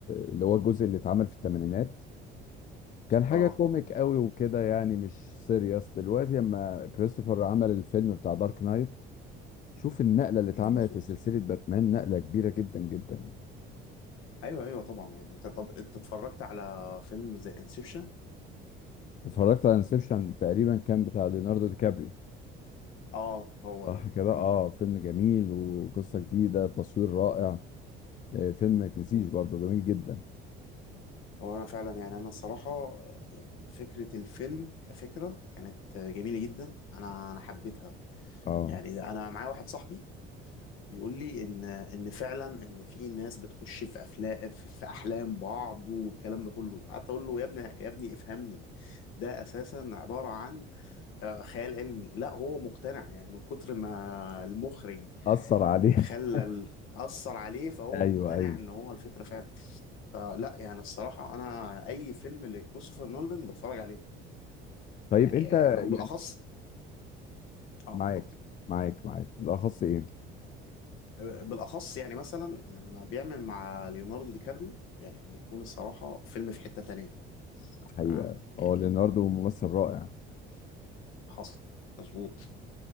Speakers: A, on the left; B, on the left.
A: اللي هو الجزء اللي اتعمل في الثمانينات كان حاجة
B: اه
A: كوميك قوي وكده يعني مش سيريس دلوقتي لما كريستوفر عمل الفيلم بتاع دارك نايت شوف النقلة اللي
B: مم،
A: اتعملت
B: مظبوط
A: لسلسلة باتمان نقلة كبيرة جدا جدا يعني
B: ايوه ايوه طبعا يعني انت طب انت اتفرجت على فيلم زي انسبشن
A: اتفرجت على انسبشن تقريبا كان بتاع ليوناردو دي كابريو
B: اه هو
A: صح
B: ده
A: كده اه
B: مم.
A: فيلم جميل وقصة جديدة تصوير رائع آه، فيلم ما يتنسيش
B: مم.
A: برضه جميل جدا
B: هو انا فعلا يعني انا الصراحه آه، يعني فكره الفيلم كفكره كانت آه، جميله جدا انا انا حبيتها
A: اه
B: يعني انا معايا واحد صاحبي بيقول لي ان ان فعلا ان في ناس بتخش في افلام في في احلام بعض والكلام ده كله قعدت اقول له يا ابني يا ابني افهمني ده اساسا عباره عن آه، خيال علمي لا هو مقتنع يعني من كتر ما المخرج
A: أثر عليه
B: خلى
A: <laughs>
B: ال- أثر عليه فهو
A: ايوه
B: مقتنع
A: ايوه
B: إن هو الفكرة فعلا فلا يعني الصراحة أنا أي فيلم لكريستوفر نولان بتفرج عليه
A: طيب
B: يعني
A: انت
B: آه، وبالأخص
A: يعني
B: آه
A: معاك
B: اتفضل
A: معاك معاك بالاخص ايه
B: آه، بالاخص يعني مثلا لما بيعمل مع ليوناردو دي كابريو يعني بيكون الصراحه فيلم في حته تانية
A: حقيقة
B: تمام يعني
A: اه ليوناردو ممثل رائع
B: حصل مظبوط